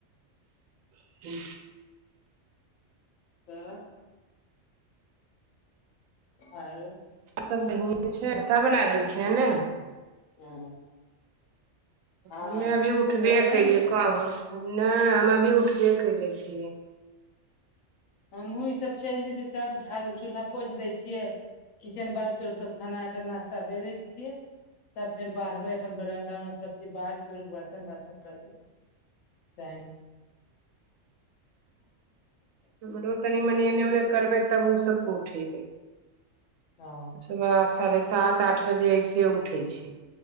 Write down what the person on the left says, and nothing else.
तऽ आरो
हँ हाँ,
तोहर बनि
गेलै
हमूँ ईसभ चलि जेतै तब झाड़ू चूलहा पोछि दै छियै किचेन बाहर सोर के खाना के नास्ता दे दै छियै तब फेर बाढ़बै अपन बरंडा - उरंडा सभ सबचीज बाहैर सोर केऽ बर्तन बासन करबै <unintelligible>
हँ